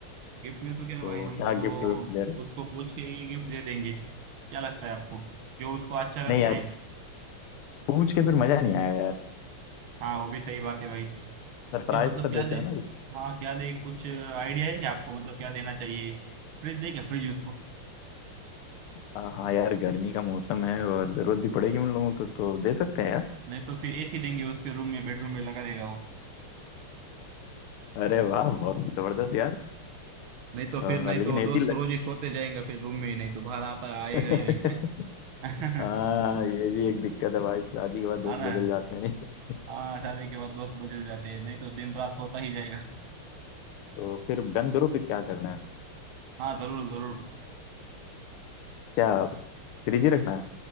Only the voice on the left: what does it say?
तो
क्या
गिफ्ट विफ्ट दे रहे हो?
नहीं यार
पूछ के फिर मजा नहीं आएगा यार
सरप्राइज
सा देते
हैं ना कुछ
अ, हाँ यार गर्मी का मौसम है और जरूरत भी पड़ेगी उन लोगों को तो दे सकते हैं यार
अरे वाह बहुत जबरदस्त यार
अ,
लेकिन
एसी
<laughs>
हाँ ये भी एक दिक्कत है भाई शादी के बाद दोस्त
बदल जाते हैं नहीं
तो फिर डन करो फिर क्या करना है
क्या फ्रिज ही रखना है